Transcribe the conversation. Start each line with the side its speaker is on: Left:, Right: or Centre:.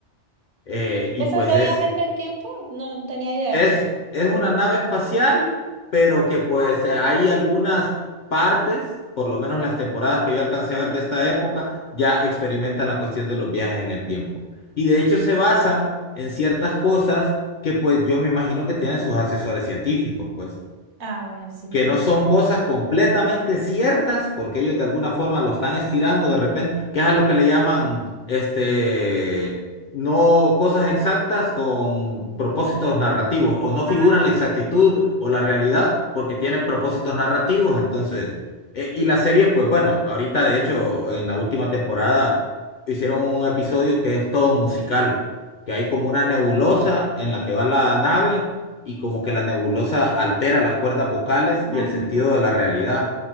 Left: Eh, y
Right: ¿Esos
Left: pues
Right: de
Left: es,
Right: viajes del tiempo? No, no tenía idea.
Left: es, es una nave espacial, pero que pues eh, hay algunas partes, por lo menos las temporadas que yo alcancé a ver de esta época, ya experimentan la cuestión de los viajes en el tiempo. Y de hecho se basan en ciertas cosas que pues yo me imagino que tienen sus asesores científicos, pues.
Right: Ah, bueno, sí.
Left: que no son cosas completamente ciertas, porque ellos de alguna forma lo están estirando de repente, que es a lo que le llaman, este, no cosas exactas con propósitos narrativos, o no figuran
Right: ah,
Left: la exactitud o la realidad porque tienen propósitos narrativos, entonces, eh, y la serie, pues bueno, ahorita de hecho en la última temporada hicieron un episodio que es todo un musical, que hay como una nebulosa en la que va la nave y como que la nebulosa altera las cuerdas vocales y
Right: ah,
Left: el sentido de la realidad.